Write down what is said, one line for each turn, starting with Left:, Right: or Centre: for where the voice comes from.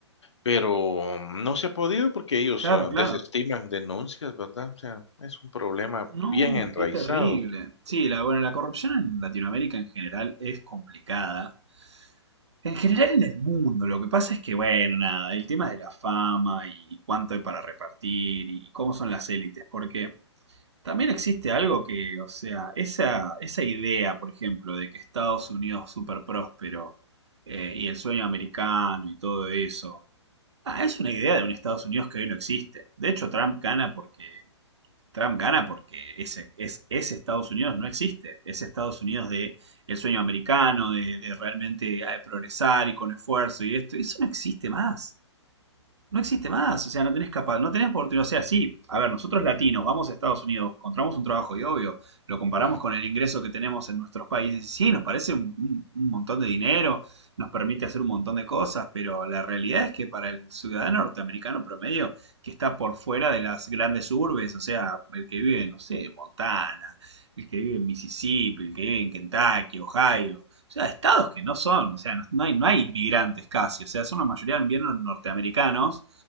Left: Pero mm, no se ha podido porque ellos,
Right: Claro,
Left: ah,
Right: claro.
Left: desestiman denuncias, ¿verdad? O sea, es un problema
Right: No,
Left: bien enraizado.
Right: qué terrible. Sí, la, bueno, la corrupción en Latinoamérica en general es complicada. En general en el mundo, lo que pasa es que, bueno, nada, el tema de la fama y cuánto hay para repartir y cómo son las élites, porque También existe algo que, o sea, esa, esa idea, por ejemplo, de que Estados Unidos es súper próspero eh, y el sueño americano y todo eso, ah, es una idea de un Estados Unidos que hoy no existe. De hecho, Trump gana porque, Trump gana porque ese, es, ese Estados Unidos no existe. Ese Estados Unidos de el sueño americano, de, de realmente eh, progresar y con esfuerzo y esto, eso no existe más no existe más, o sea, no tenés capaz, no tenés oportunidad, o sea, sí, a ver, nosotros latinos vamos a Estados Unidos, encontramos un trabajo y obvio, lo comparamos
Left: ujú.
Right: con el ingreso que tenemos en nuestros países, y sí, nos parece un, un- un montón de dinero, nos permite hacer un montón de cosas, pero la realidad es que para el ciudadano norteamericano promedio, que está por fuera de las grandes urbes, o sea, el que vive, no sé, en Montana, el que vive en Mississippi, el que vive en Kentucky, Ohio, o sea, estados que no son, o sea, no, no hay, no hay inmigrantes casi, o sea, son la mayoría bien norteamericanos,